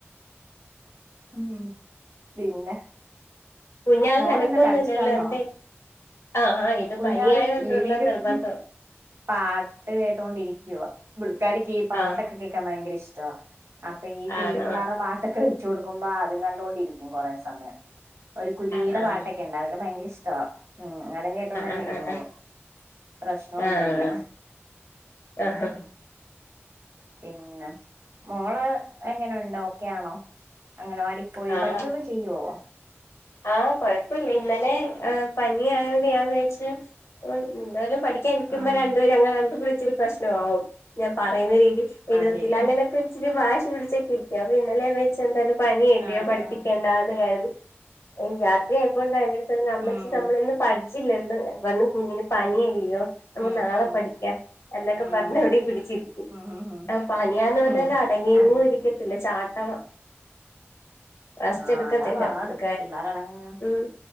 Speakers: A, on the right (about 70°); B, on the left (about 70°).
A: ഉം, പിന്നെ
B: കുഞ്ഞാൾ
A: മോളെന്താ
B: അനക്കൊന്നുല്ലല്ലോ
A: കരച്ചിലാന്നോ?
B: എന്തേ ആഹ് ആഹ് ഇത്
A: കുഞ്ഞാള്
B: പനിയായോണ്ടുള്ള
A: ടിവിയില്
B: നിർബന്ധം
A: ഇപ്പം പാട്ട് കേട്ടോണ്ടിരിക്കുവ, പുള്ളിക്കാരിക്ക് ഈ പാട്ടൊക്കെ
B: ആഹ്
A: കേക്കാൻ ഭയങ്കര ഇഷ്ടവാ അപ്പ ഈ കുഞ്ഞു
B: ആണോ
A: പിള്ളേരെ പാട്ടൊക്കെ വെച്ച് കൊടുക്കുമ്പോ അതും കണ്ടൊണ്ടിരിക്കും കൊറേ സമയം ഒരു കുരുവിയുടെ
B: ആഹ് ആഹ്
A: പാട്ടൊക്കെ ഇണ്ടാവുലെ അതൊക്കെ ഭയങ്ക ഇഷ്ടവാ ഉം, അതും കേട്ടോണ്ടങ്ങിരുന്നോളും
B: ആഹ് ആഹ്
A: പ്രശ്നൊന്നുല്ല.
B: ആഹ് ആഹ് ആഹ്
A: പിന്നെ, മോള് എങ്ങനെയുണ്ട്? ഓക്കെയാണോ അങ്കണവാടിപ്പോയി
B: ആഹ്
A: പഠിക്കൊക്ക ചെയ്യോ?
B: ആഹ്, കൊഴപ്പില്ല ഇന്നലെ ഏഹ് പനി ആയോണ്ട് ഞാൻ വിചാച്ച് എന്താലും പഠിക്കാൻ നിക്കുമ്പോ
A: ആഹ്
B: രണ്ടുപേരും അങ്ങനെ രണ്ടുകൂടി ഇച്ചിരി പ്രശ്ന ആവും. ഞാൻ പറയുന്ന രീതി എഴുതത്തില്ല,
A: അത് ശരി
B: അങ്ങനൊക്ക ഇച്ചിരി വാശി പിടിച്ചൊക്കെ ഇരിക്ക അപ്പൊ ഇന്നലെ വെച്ച എന്തായാലും പനിയല്ലയോ
A: ആഹ്
B: പഠിപ്പിക്കണ്ടാന്ന്
A: ആഹ്
B: കരു ഉം, രാത്രിയായപ്പൊണ്ട് എന്റെ അടുത്തി ന്ന് അമ്മച്ചി
A: ഉം
B: നമ്മളെയൊന്നും പഠി ച്ചില്ലെന്ന് <unintelligible> കുഞ്ഞിന് പനിയല്ലയോ നമുക്ക്
A: ഉം
B: നാളെ
A: ഉം
B: പഠിക്കാം എന്നൊക്കെ
A: ഉം
B: പറഞ്ഞ് ഇവിടെ പിടിച്ചിരുത്തി.
A: ഉം ഉം ഉം
B: ആ പനിയാന്ന്
A: ഉം
B: പറഞ്ഞാലും അടങ്ങിയങ്ങും
A: അത് ശരി
B: ഇരിക്കത്തില്ല ചാട്ടവ. റെസ്റ്റ്‌
A: ആഹ്
B: എടുക്കത്തില്ല
A: അതാ പാട്
B: എപ്പളും.
A: പിള്ളേരടങ്ങ്
B: ഉം,